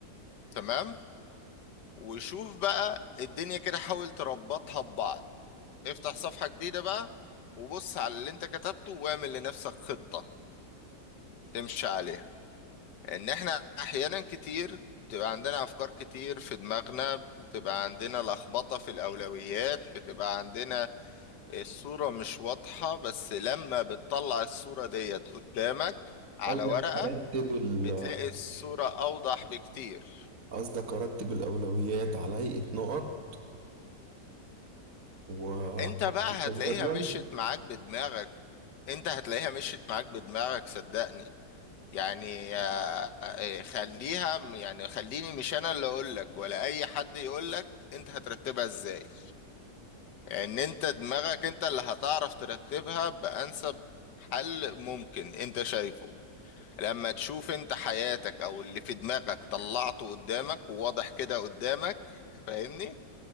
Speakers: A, on the left; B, on the right.
A: تمام وشوف بقى الدنيا كده حاول تربطها ببعض افتح صفحة جديدة بقى وبص على اللي انت كتبته واعمل لنفسك خطة تمشي عليها ان احنا احيانا كتير بتبقى عندنا افكار كتير في دماغنا بتبقى عندنا لخبطة في الاولويات بتبقى عندنا الصورة مش واضحة بس لما بتطلع الصورة ديت قدامك على
B: اولا
A: ورقة
B: ارتب ال-
A: بتلاقي الصورة اوضح بكتير
B: قصدك ارتب الاولويات على هيئة نقط و
A: انت بقى هتلاقيها
B: جدول
A: مشيت معاك بدماغك انت هتلاقيها مشيت معاك بدماغك صدقني يعني آه، آه، خليها يعني خليني مش انا اللي اقولك ولا اي حد يقولك انت هترتبها ازاي ان انت دماغك انت اللي هتعرف ترتبها بانسب حل ممكن انت شايفه لما تشوف انت حياتك او اللي في دماغك طلعته قدامك وواضح كده قدامك فاهمني